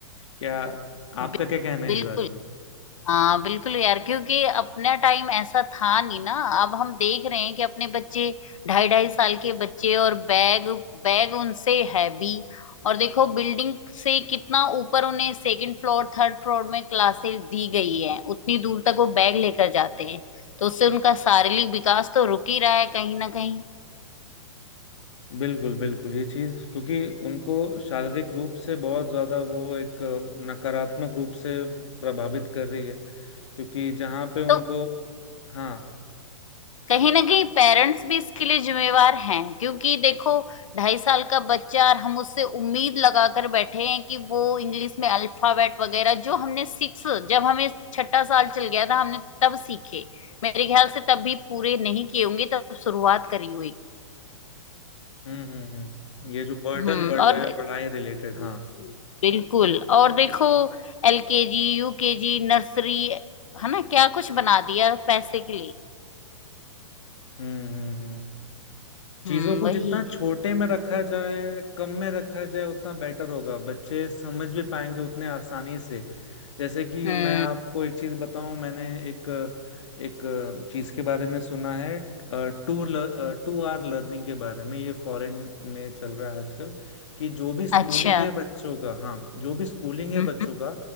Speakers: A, on the left; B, on the left.
A: क्या
B: बिल-
A: आपका क्या कहना है
B: बिल्कुल
A: इस बारे
B: हाँ बिल्कुल यार क्योंकि अपना टाइम ऐसा था नहीं ना अब हम देख रहे हैं कि अपने बच्चे ढाई ढाई साल के बच्चे और बैग बैग उनसे हैवी और देखो बिल्डिंग से कितना ऊपर उन्हें सेकंड फ्लोर थर्ड फ्लोर में क्लासेस दी गई है उतनी दूर तक वो बैग लेकर जाते हैं तो उससे उनका शारीरिक विकास तो रुक ही रहा है कहीं ना कहीं
A: बिल्कुल बिल्कुल ये चीज क्योंकि उनको शारीरिक रूप से बहुत ज्यादा वो एक नकारात्मक रूप से प्रभावित कर रही है क्योंकि जहाँ पे
B: तो
A: उनको हाँ
B: कहीं ना कहीं पेरेंट्स भी इसके लिए जिम्मेवार हैं क्योंकि देखो ढाई साल का बच्चा और हम उससे उम्मीद लगाकर बैठे हैं कि वो इंग्लिश में अल्फाबेट वगैरह जो हमने सिक्स जब हमें छठा साल चल गया था हमने तब सीखे मेरे ख्याल से तब भी पूरे नहीं किए होंगे तब शुरुआत करी होगी
A: हम्म हम्म हम्म ये जो बर्डन
B: हम्म
A: बढ़
B: और
A: रहा है पढ़ाई रिलेटेड
B: बिल्कुल
A: हाँ
B: बिल्कुल और देखो एलकेजी यूकेजी नर्सरी है ना क्या कुछ बना दिया पैसे के लिए
A: हम्म हम्म हम्म चीजों
B: हम्म
A: को
B: वही
A: जितना छोटे में रखा जाए कम में रखा जाए उतना बेटर होगा बच्चे समझ भी पाएंगे उतने आसानी से जैसे कि
B: हम्म
A: मैं आपको एक चीज बताऊं मैंने एक एक चीज के बारे में सुना है टू टू आर लर्निंग के बारे में ये फॉरेन में चल रहा है आजकल कि जो भी स्कूलिंग
B: अच्छा
A: है बच्चों का हाँ जो भी स्कूलिंग है
B: हम्म,
A: बच्चों का